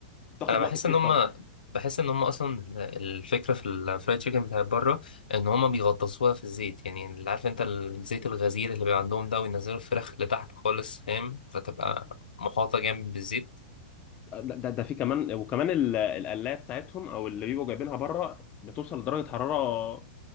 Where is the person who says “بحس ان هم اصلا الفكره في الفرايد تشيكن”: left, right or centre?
Left